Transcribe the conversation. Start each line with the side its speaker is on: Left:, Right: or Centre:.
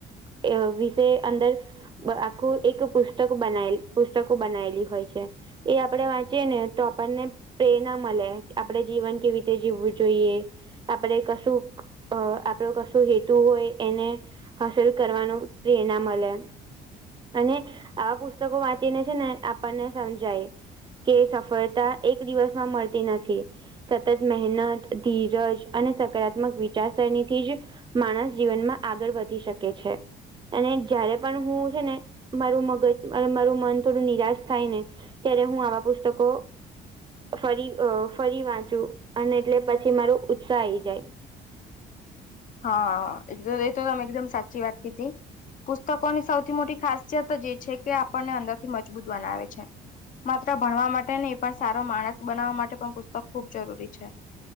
Right: <unintelligible> વિષય અંદર <unintelligible> આખું એક પુસ્ત તકો બનાયેલી, પુસ્તકો બનાયેલી હોય છે એ આપડે વાંચીયે ને તો આપણને પ્રેરણા મળે આપણેે જીવન કેવી રીતે જીવવું જોઈએ, આપણે કશુંક અ આપણો કશું હેતુ હોય એને હાંસિલ કરવાનું પ્રેરણા મળે અને આવાં પુસ્તકો વાંચીને છે ને આપણને સમજાય. કે સફળતાં એક દિવસમાં મળતી નથી. સતત મહેનત, ધીરજ અને સકારાત્મક વિચારસરણીથી જ માણસ જીવનમાં આગળ વધી શકે છે. અને જયારે પણ હું છે ને મારું મગજ <unintelligible> મારું મન થોડું નિરાશ થાય ને ત્યારે હું આવાં પુસ્તકો ફરી અ ફરી વાંચું અને એટલે પછી મારો ઉત્સાહ આઈ જાય.
Left: હા <unintelligible> એકદમ સાચી વાત કીધી. પુસ્તકોની સૌથી મોટી ખાસિયત જ એ છે કે આપણને અંદરથી મજબૂત બનાવે છે. માત્ર ભણવા માટે નહીં. પણ સારો માણસ બનાવવાં માટે પણ પુસ્તક ખૂબ જરૂરી છે.